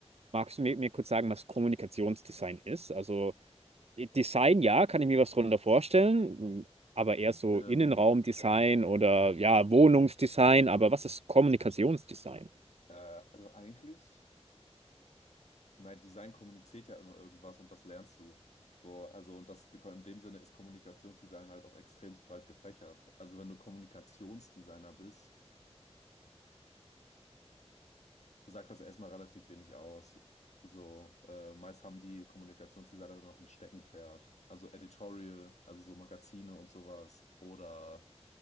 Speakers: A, on the right; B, on the left.
A: Magst du mir, mir kurz sagen, was Kommunikationsdesign ist? Also i- Design, ja, kann ich mir was drunter vorstellen, m, aber eher so
B: Ähm,
A: Innenraumdesign oder ja, Wohnungsdesign. Aber was ist Kommunikationsdesign?
B: äh, also eigentlich. Nein, Design kommuniziert ja immer irgendwas und das lernst du. So, also und das in dem Sinne ist Kommunikationsdesign halt auch extremst breit gefächert. Also wenn du Kommunikationsdesigner bist, sagt das erstmal relativ wenig aus. So, äh, meist haben die Kommunikationsdesigner dann noch ein Steckenpferd. Also Editorial, also so Magazine und sowas oder